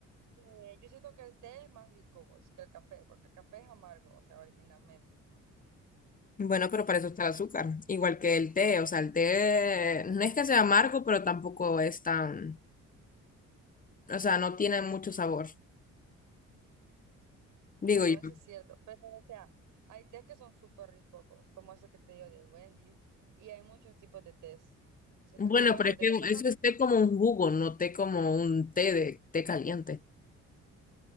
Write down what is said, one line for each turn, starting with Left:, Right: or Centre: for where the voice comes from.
Right: que yo siento que el té es más rico vos, que el café, porque el café es amargo, o sea, originalmente.
Left: Bueno, pero para eso está el azúcar, igual que el té, o sea, el té no es que sea amargo, pero tampoco es tan, o sea, no tiene mucho sabor, digo
Right: Bueno,
Left: yo.
Right: eso es cierto, pero o sea, hay tés que son súper ricos vos, como ese que te digo del Wendy's, y hay muchos tipos de tés. Siento
Left: Bueno,
Right: que, bueno,
Left: pero es
Right: de
Left: que
Right: café también,
Left: eso es té como un jugo, no té como un té de té caliente.